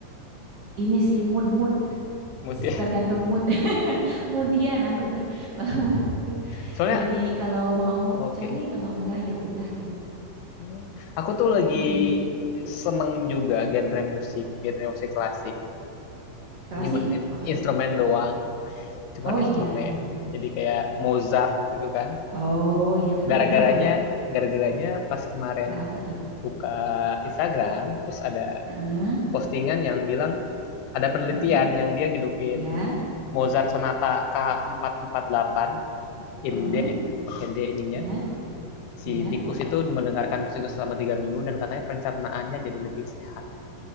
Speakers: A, on the right; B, on the left.
A: ini sih mood mood
B: Mood ya.
A: tergantung mood <laughs> moodian aku Kak, kalau mood itu
B: <laughs> Soalnya
A: Jadi kalau mau
B: oke.
A: cari, kalau enggak ya udah gitu.
B: Hmm. Aku tuh lagi
A: Mm-mm.
B: seneng juga genre musik, genre musik klasik.
A: Klasik
B: Ini bener
A: apa
B: instrumen
A: tuh Kak?
B: doang cuman
A: Oh
B: instrumen
A: iya,
B: jadi kayak Mozart gitu kan
A: oh iya betul
B: gara-garanya
A: betul.
B: gara-garanya pas kemarin
A: Gerak apa tuh?
B: buka Instagram terus ada
A: Heeh,
B: postingan yang bilang ada penelitian
A: heeh,
B: yang dia ngidupin
A: iya,
B: Mozart sonata K448 in
A: heeh,
B: D pakai D ininya
A: iya,
B: si
A: iya.
B: tikus itu mendengarkan musik itu selama tiga minggu dan katanya pencernaannya jadi lebih sehat.